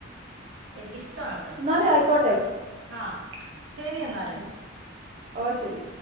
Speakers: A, on the right; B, on the right.
A: എനിക്ക് ഇഷ്ടാണ്
B: ഇന്നാല് ആയിക്കോട്ടെ
A: ആഹ് ശരി എന്നാല്
B: ഉം. ഓ ശെരി